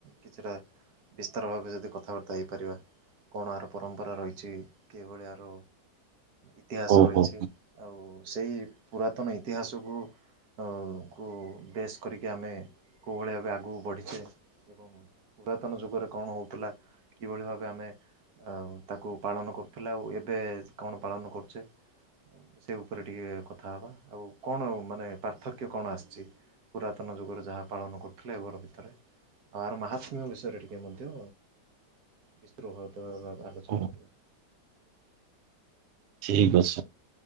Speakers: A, on the right; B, on the right.
A: କିଛିଟା ବିସ୍ତାର ଭାବେ ଯଦି କଥାବାର୍ତ୍ତା ହେଇପାରିବା। କଣ ଆର ପରମ୍ପରା ରହିଛି କିଭଳିଆର ଇତିହାସ
B: ଓହୋ।
A: ରହିଛି ଆଉ ସେଇ ପୁରାତନ ଇତିହାସକୁ ଆଉ କୁ ବେଶ କରିକି ଆମେ କଉଭଳିଆ ଭାବେ ଆଗକୁ ବଢ଼ିଛେ ଏବଂ ପୁରାତନ ଯୁଗରେ କଣ ହଉଥିଲା କିଭଳି ଭାବେ ଆମେ ଆଉ ତାକୁ ପାଳନ କରୁଥିଲେ ଆଉ ଏବେ କଣ ପାଳନ କରୁଛେ। ସେ ଉପରେ ଟିକେ କଥା ହେବା, ଆଉ କଣ ମାନେ ପାର୍କ ପାର୍ଥକ୍ୟ କଣ ଆସିଛି, ପୁରାତନ ଯୁଗରେ ଯାହା ପାଳନ କରୁଥିଲେ ଏବେର ଭିତରେ? ଆର ମାହାତ୍ମ୍ୟ ବିଷୟରେ ଟିକେ ମଧ୍ୟ ବିସ୍ତୃତ ଭାବରେ ଆଲୋଚନା
B: ହୋ,
A: କରିବା।
B: ଠିକ୍ ଅଛି।